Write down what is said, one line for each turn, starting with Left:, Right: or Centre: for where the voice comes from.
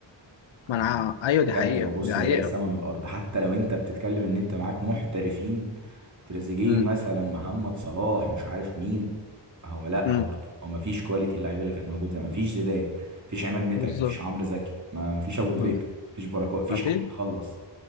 Right: انا
Left: ما انا ع- ايوه
Right: بجد
Left: دي حقيقه
Right: ببص
Left: دي حقيقه
Right: بلاقي سما من الارض حتى لو انت بتتكلم ان انت معاك محترفين تريزيجيه
Left: امم
Right: مثلا محمد صلاح مش عارف مين هو لا
Left: امم
Right: برضه هو مفيش كواليتي اللعيبه اللي كانت موجوده زمان مفيش زيدان مفيش عماد متعب
Left: بالظبط
Right: مفيش عمرو زكي ما مفيش ابو تريكه
Left: بالظبط
Right: مفيش بركات مفيش
Left: ما في
Right: حد يخلص